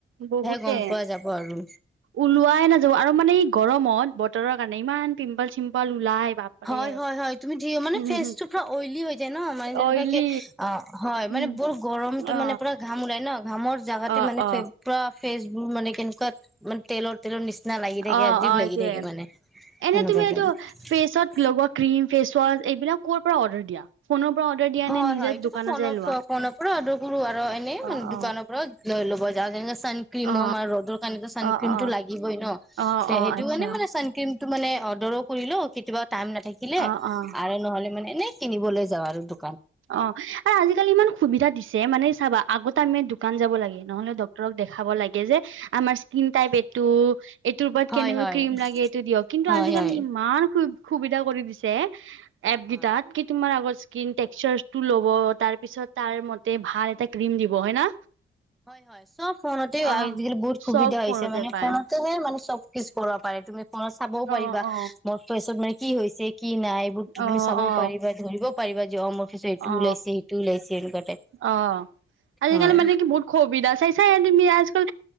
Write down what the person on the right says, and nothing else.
বহুতে
ওলোৱাই নাযা আৰু মানে গৰমত বতৰৰ কাৰণে ইমান পিম্পল চিম্পল ওলাই। বাপৰে।
হুম
হুম হুম।
অইলি
উম
অ
অ
অ
অ
অ
এইটোয়ে
এনে
তুমি এইটো ফেচত লগোৱা ক্ৰীম ফেচ ৱাশ এইবিলাক ক'ৰৰ পৰা অৰ্ডাৰ দিয়া, ফোনৰ পৰা অৰ্ডাৰ দিয়া
নে নিজে
দোকানত
যাই লোৱা?
অ
অ।
অ
অ অ
অ
অ
আচ্ছা
অ অ।
অ' আৰু আজিকালি ইমান সুবিধা দিছে। মানে চাবা আগতে আমি দোকান যাব লাগে নহ'লে ডাক্তৰক দেখাব লাগে যে আমাৰ স্কিন টাই। টো এইটোৰ পৰাত
কেনেকুৱা
ক্ৰীম লাগে এইটো দিয়ক কিন্তু
আজিকালি
ইমান সুবিধা কৰি দিছে। এপ
কেইটাটা ইচস্কিন টেক। ফিছাৰছটো ল'ব তাৰ পিছত তাৰ মতে ভাল এটা ক্ৰীম দিব হয় না।
অ
চব ফোনতে
পায়
অ অ
অ
অ
অ
অ' আজিকালি
মানে কি বহুত সুবিধাৰ। চাইাচা তুমি আজকল